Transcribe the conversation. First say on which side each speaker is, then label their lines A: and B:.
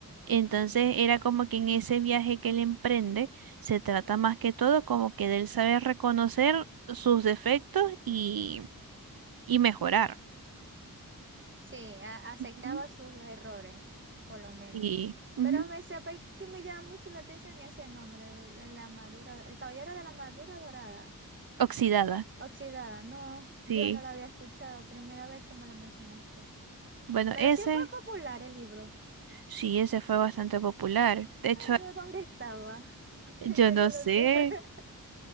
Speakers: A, on the right; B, on the right.
A: Entonces
B: ajá.
A: era como que en ese viaje que él emprende se trata más que todo como que de él saber reconocer sus defectos y, y mejorar.
B: Sí, a- aceptaba
A: Ujú.
B: sus errores, por lo menos.
A: Y ujú,
B: Pero me sabe que me llama mucho la atención ese nombre, el, el la madura, el caballero de la madura dorada,
A: oxidada,
B: oxidada. No, yo
A: sí.
B: no la había escuchado, primera vez que me la mencionaste.
A: Bueno,
B: Pero
A: ese.
B: sí fue popular el libro.
A: Sí, ese fue bastante popular.
B: Ay, No,
A: De hecho,
B: yo dónde estaba. <laughs>
A: yo
B: En serio
A: no
B: lo
A: sé,
B: sé. <laughs>